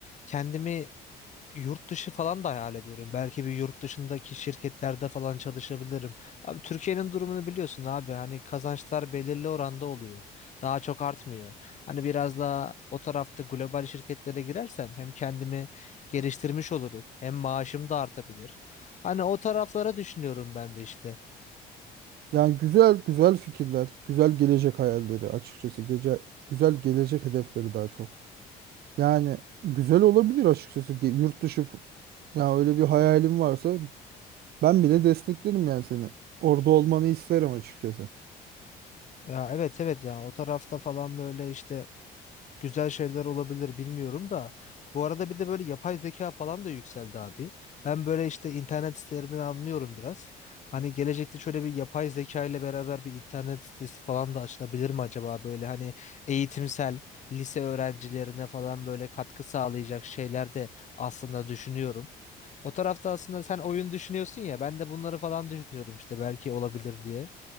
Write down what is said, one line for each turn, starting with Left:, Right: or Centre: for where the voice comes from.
Left: kendimi Yurt dışı falan da hayal ediyorum. Belki bir yurt dışındaki şirketlerde falan çalışabilirim. Abi Türkiye'nin durumunu biliyorsun abi. Hani kazançlar belirli oranda oluyor. Daha çok artmıyor. Hani biraz daha o tarafta global şirketlere girersem hem kendimi geliştirmiş olurum hem maaşım da artabilir. Hani o taraflara düşünüyorum ben de işte.
Right: Yani güzel güzel fikirler, güzel gelecek hayalleri açıkçası. Gece güzel gelecek hedefleri daha çok. Yani güzel olabilir açıkçası ki yurt dışı f- ya öyle bir hayalim varsa ben bile desteklerim yani seni. Orada olmanı isterim açıkçası.
Left: Ya evet evet yani o tarafta falan böyle işte güzel şeyler olabilir bilmiyorum da. Bu arada bir de böyle yapay zeka falan da yükseldi abi. Ben böyle işte internet sitelerinden anlıyorum biraz. Hani gelecekte şöyle bir yapay zeka ile beraber bir internet sitesi falan da açılabilir mi acaba? Böyle hani eğitimsel lise öğrencilerine falan böyle katkı sağlayacak şeyler de aslında düşünüyorum. O tarafta aslında sen oyun düşünüyorsun ya ben de bunları falan düşünüyorum işte belki olabilir diye.